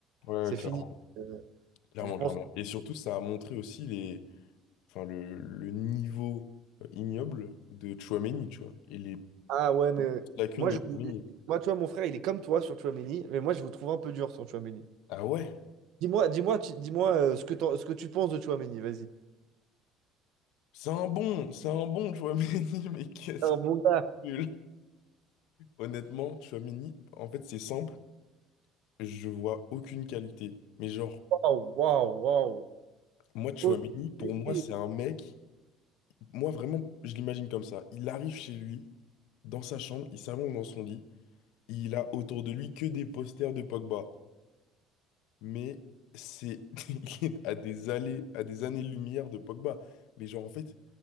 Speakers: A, on the left; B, on the right.
A: ouais,
B: c'est
A: clairement.
B: fini. Euh,
A: Clairement,
B: je pense
A: clairement. Et surtout, ça a montré aussi les, enfin, le, le niveau euh, ignoble de Chouameni, tu vois, et les
B: Ah ouais, mais
A: lacunes
B: moi,
A: de
B: je...
A: Chouameni.
B: moi, tu vois, mon frère, il est comme toi sur Tchouaméni, mais moi, je vous trouve un peu dur sur Tchouaméni.
A: Ah ouais,
B: Dis-moi, dis-moi, tu- dis-moi euh, ce que t'en- ce que tu penses de Tchouaméni, vas-y.
A: c'est un bon, c'est un bon Chouameni, <laughs> mais qu'est-ce
B: Alors,
A: qu'il
B: mon
A: est
B: gars,
A: nul. Honnêtement, Chouameni, en fait, c'est simple, je vois aucune qualité. Mais genre,
B: waouh, waouh, waouh.
A: moi, Chouameni,
B: Oh,
A: pour
B: tu-
A: moi, c'est un mec, moi, vraiment, je l'imagine comme ça. Il arrive chez lui, dans sa chambre, il s'allonge dans son lit, et il a autour de lui que des posters de Pogba. mais c'est <laughs> il est à des allées, à des années-lumière de Pogba. Mais genre, en fait,